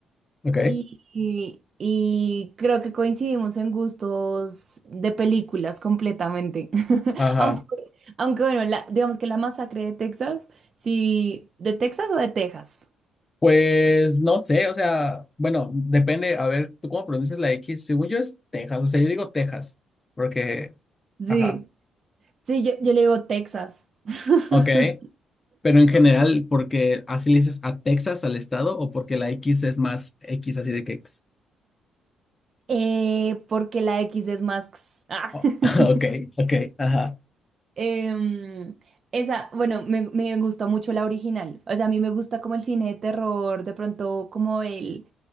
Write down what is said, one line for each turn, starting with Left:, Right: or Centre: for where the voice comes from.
Left: ok,
Right: y, y creo que coincidimos en gustos de películas completamente. <laughs>
Left: ajá.
Right: Aunque, aunque bueno, la- digamos que la masacre de Texas, sí, ¿de Texas o de Texas?
Left: Pues no sé, o sea, bueno, depende, a ver, ¿tú cómo pronuncias la X? Según yo es Texas, o sea, yo digo Texas, porque,
Right: Sí,
Left: ajá,
Right: sí, yo, yo le digo Texas. <laughs>
Left: ok, pero en general, porque así le dices a Texas, al estado, o porque la X es más X así de que...
Right: Eh, porque la X es más... x. Ah.
Left: Oh,
Right: <laughs>
Left: <laughs> Ok, ok, ajá.
Right: Em, esa, bueno, me, me gustó mucho la original. O sea, a mí me gusta como el cine de terror, de pronto como el,